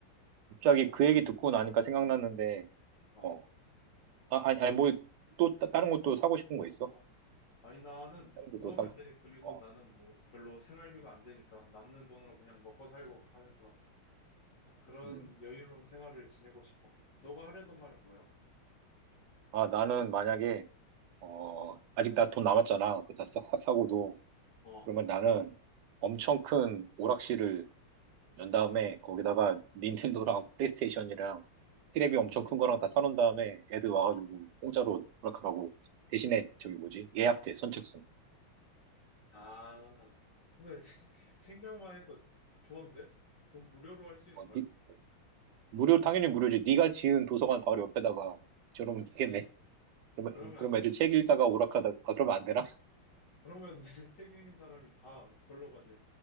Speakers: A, on the right; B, on the left.
A: 갑자기
B: 어,
A: 그
B: 그리고
A: 얘기 듣고 나니까 생각났는데,
B: 어, 어.
A: 어, 아, 아니, 아니, 뭐, 또, 따- 다른 것도 사고 싶은 거
B: 어.
A: 있어?
B: 아니 나는
A: 다른
B: 그거면
A: 것도 사고, 싶-
B: 돼. 그리고
A: 어,
B: 나는 뭐 별로 생활비가 안 되니까 남는 돈으로 그냥 먹고 살고 하면서 그런
A: 음.
B: 여유로운 생활을 지내고 싶어. 너가 하려던 말은 뭐야?
A: 아, 나는 만약에, 어, 아직 나 돈 남았잖아. 그거 다 사, 사고도.
B: 어.
A: 그러면 나는 엄청 큰 오락실을 연 다음에 거기다가 닌텐도랑 플레이스테이션이랑 테레비 엄청 큰 거랑 다 사놓은 다음에 애들 와가지고 공짜로 오락하라고 대신에 저기 뭐지 예약제 선착순
B: 아, 근데 <laughs> 생각만 해도 좋은데? 그럼 무료로 할 수 있는
A: 어,
B: 거야?
A: 니- 무료 당연히 무료지 네가 지은 도서관 바로 옆에다가 저러면 되겠네
B: 아니,
A: 그러면
B: 그러면
A: 그럼
B: 안 되지.
A: 애들 책 읽다가 오락하다 아 그러면 안 되나?
B: 그러면 <laughs> 책 읽는 사람이 다 걸러 가지.